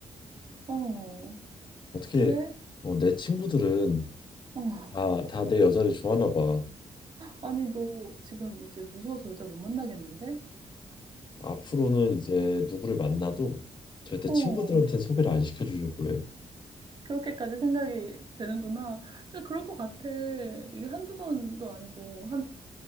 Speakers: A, on the right (about 40°); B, on the left (about 40°).
A: 어.
B: 어떻게,
A: 그래?
B: 어, 내 친구들은
A: 어.
B: 다, 다 내 여자를 좋아하나 봐.
A: 아니, 너 지금 이제 무서워서 여자 못 만나겠는데?
B: 앞으로는 이제 누구를 만나도 절대
A: 어.
B: 친구들한테는 소개를 안 시켜주려고 해.
A: 그렇게까지 생각이 되는구나. 근데 그럴 것 같아. 이게 한두 번도 아니고, 한,